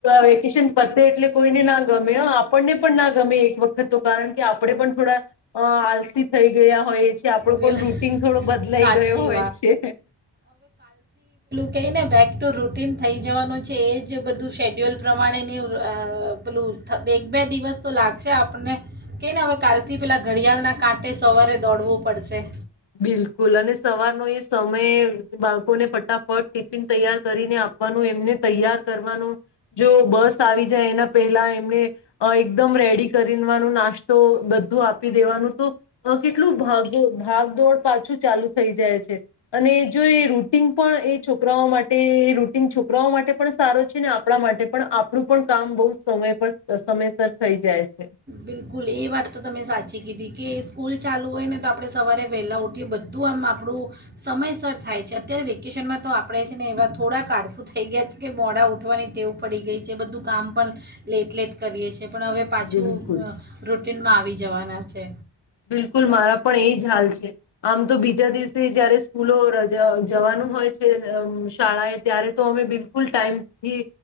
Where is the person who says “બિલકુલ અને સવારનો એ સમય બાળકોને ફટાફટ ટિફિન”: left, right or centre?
Left